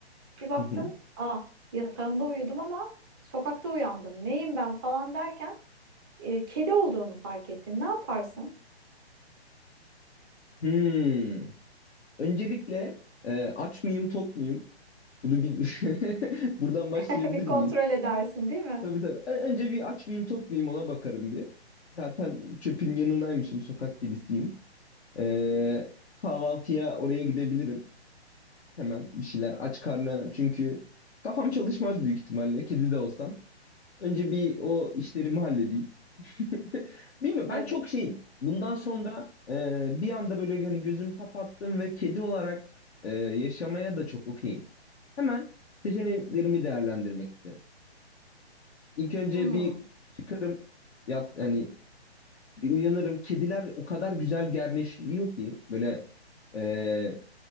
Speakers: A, on the right; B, on the left.
A: Bir baktın,
B: Hı hı.
A: ah yatağımda uyudum ama sokakta uyandım. Neyim ben falan derken e, kedi olduğunu fark ettin. Ne yaparsın?
B: Hmm. Öncelikle e, aç mıyım, tok muyum? Bunu bir <laughs> buradan başlayabilir
A: <laughs> Bir kontrol
B: miyiz?
A: edersin, değil mi?
B: Tabii tabii. Ö- Önce bir aç mıyım, tok muyum ona bakarım bir. Zaten çöpün yanındaymışım, sokak kedisiyim. E, kahvaltıya oraya gidebilirim. Hemen bir şeyler aç karnına çünkü kafam çalışmaz büyük ihtimalle kedi de olsam. Önce bir o işlerimi halledeyim. <laughs> Bilmiyorum
A: Evet.
B: ben çok şeyim. Bundan sonra e, bir anda böyle hani gözüm kapattım ve kedi olarak e, yaşamaya da çok okeyim. Hemen seçeneklerimi değerlendirmek isterim. İlk önce
A: Hmm.
B: bir çıkarım yat hani bir uyanırım. Kediler o kadar güzel gerneşiyor ki böyle e,